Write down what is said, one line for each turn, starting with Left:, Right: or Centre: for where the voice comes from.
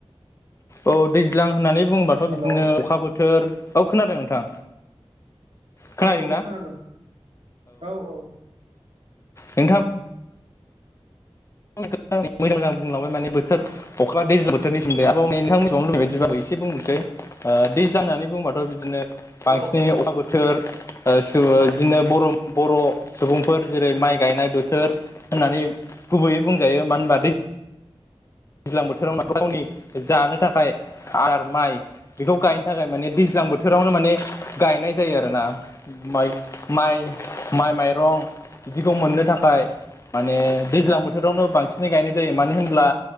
Left: औ दैज्लां होननानै बुंङोबाथ'
Right: हेलौ
Left: बिदिनो अखा बोथोर औ खोनादों नोंथां। खोनादोंना
Right: औ औ खोनादों औ औ।
Left: नोंथां। मोजां मोजां बुंलांबाय माने बोथोर अखा दैज्लां बोथोरनि सोमोन्दै आंबो नोंथाङा मिथिबावनो लुबैनाय बायदि आंबो एसे बुंनोसै। ओ दैज्लां होन्नानै बुंबाथ' बिदिनो बांसिनै
Right: औ औ
Left: अखा बोथोर ओ सुबु बिदिनो बर' बर' सुबुंफोर जेरै माइ गायनाय बोथोर होननानै गुबैयै बुंजायो मानो होनबा दै दैज्लां बोथोराव गावनि जानो थाखाय आदार माइ बेखौ गायनो थाखाय माने दैज्लां बोथ बोथोरावनो माने गायनाय जायो आरोना माइ माइ माइ माइरं बिदिखौ मोननो थाखाय माने दैज्लां बोथोरावनो बांसिनै गायनाय जायो मानो होनब्ला